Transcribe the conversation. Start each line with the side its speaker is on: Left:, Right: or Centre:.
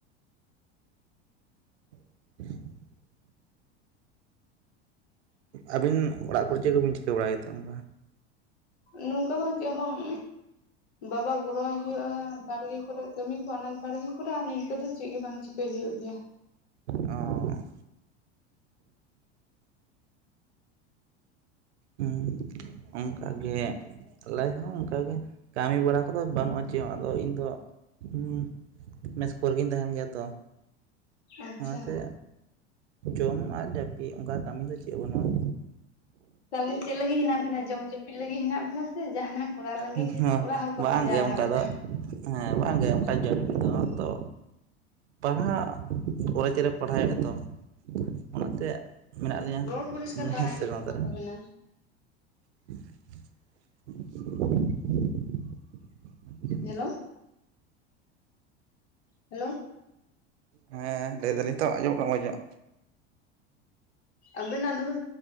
Right: <unintelligible> ᱟᱹᱵᱤᱱ ᱚᱲᱟᱜ ᱠᱚᱨᱮ ᱪᱮᱫ ᱠᱚᱵᱤᱱ ᱪᱤᱠᱟᱹ ᱵᱟᱲᱟᱭᱮᱫᱟ ᱚᱱᱠᱟ?
Left: ᱱᱚᱝᱠᱟ ᱫᱚ ᱪᱮᱫ ᱵᱟᱝ? ᱵᱟᱵᱟ ᱜᱨᱚᱦᱚᱭ ᱦᱩᱭᱩᱜᱳᱜᱼᱟ ᱵᱟᱲᱜᱮ ᱠᱚᱨᱮ ᱠᱟᱹᱢᱤ ᱠᱚ ᱟᱱᱟᱡ ᱵᱟᱲᱜᱮ ᱠᱚᱨᱮ ᱟᱨ ᱱᱤᱝᱠᱟᱹ ᱫᱚ ᱪᱮᱫ ᱜᱮ ᱵᱟᱝ ᱪᱤᱠᱠᱟᱼᱟ, ᱪᱤᱠᱹᱭ ᱦᱩᱭᱩᱜ ᱜᱮᱭᱟ᱾
Right: ᱚᱸᱻ ᱦᱮᱸ ᱚᱱᱠᱟ ᱜᱮ ᱟᱞᱟᱭ ᱦᱚᱸ ᱚᱱᱠᱟᱜᱮ ᱠᱟᱹᱢᱤ ᱵᱟᱲᱟ ᱠᱚᱫᱚ ᱵᱟᱹᱱᱩᱜᱼᱟ ᱪᱮᱫ ᱟᱫᱚ ᱤᱧ ᱫᱚ ᱦᱮᱸ ᱢᱮᱥ ᱠᱚᱨᱮ ᱜᱤᱧ ᱛᱟᱦᱮᱱ ᱜᱮᱭᱟ ᱛᱚ
Left: ᱟᱪᱪᱷᱟ
Right: ᱚᱱᱟᱛᱮ ᱡᱚᱢ ᱟᱨ ᱡᱟᱹᱯᱤᱫ ᱚᱱᱠᱟ ᱠᱟᱹᱢᱤ ᱫᱚ ᱪᱮᱫ ᱵᱟᱹᱱᱩᱜᱼᱟ᱾
Left: ᱛᱟᱦᱚᱞᱮ ᱪᱮᱫ ᱞᱟᱹᱜᱤᱫ ᱦᱮᱱᱟᱜ ᱵᱤᱱᱟ ᱡᱚᱢ ᱡᱟᱹᱯᱤᱫ ᱞᱟᱹᱜᱤᱫ ᱦᱮᱱᱟᱜ ᱵᱤᱱᱟ ᱥᱮ ᱡᱟᱦᱟᱱᱟᱜᱼᱼ ᱠᱚᱨᱟᱣ ᱞᱟᱹᱜᱤᱫ
Right: ᱵᱟᱹᱱᱩᱜᱼᱟ
Left: ᱚᱲᱟᱜ ᱦᱚᱲ ᱠᱚ
Right: ᱵᱟᱝᱜᱮ
Left: ᱵᱷᱮᱡᱟ ᱟᱠᱟᱫ
Right: ᱚᱱᱠᱟ
Left: ᱵᱮᱱᱟ᱾
Right: ᱫᱚ ᱦᱮᱸ ᱵᱟᱝ ᱜᱮ ᱚᱱᱠᱟ ᱡᱚᱢ ᱫᱚ ᱛᱚᱼᱼ ᱯᱟᱲᱦᱟᱜ ᱠᱚᱞᱮᱡᱽ ᱨᱮ ᱯᱟᱲᱦᱟᱣ ᱦᱩᱭᱩᱜᱼᱟ ᱛᱚ ᱚᱱᱟᱛᱮ ᱢᱮᱱᱟᱜ ᱞᱤᱧᱼᱟ
Left: ᱨᱚᱲ ᱯᱚᱨᱤᱥᱠᱟᱨ
Right: ᱦᱮᱸ
Left: ᱟᱸᱡᱚᱢᱚᱜ
Right: ᱥᱮ ᱵᱟᱝ ᱛᱟᱦᱚᱞᱮ
Left: ᱠᱟᱱ ᱛᱟᱵᱮᱱᱟ
Right: <inaudible>
Left: ᱦᱮᱞᱳ ᱦᱮᱞᱳ
Right: ᱦᱮᱸ ᱞᱟᱹᱭ ᱫᱟᱞᱤᱧ ᱛᱚᱜ ᱟᱸᱡᱚᱢᱚᱜ ᱠᱟᱱᱟ ᱢᱚᱡ ᱧᱚᱜ
Left: ᱟᱵᱮᱱᱟᱜ ᱫᱚᱢᱮ